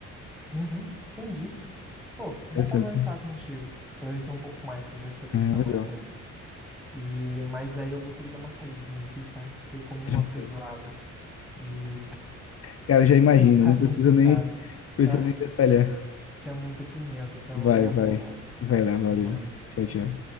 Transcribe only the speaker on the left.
Interessante.
É, legal.
Tranquilo.
Cara, já imagino,
não
precisa nem, precisa
nem detalhar.
Vai,
vai.
Vai lá, valeu.
Tchau, tchau.